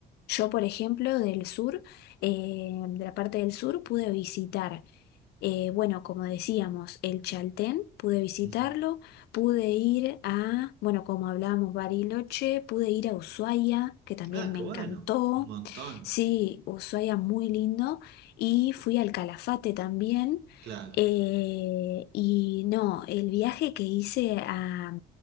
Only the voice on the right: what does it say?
Ujú.
Ah, qué
bueno,
un montón,
claro.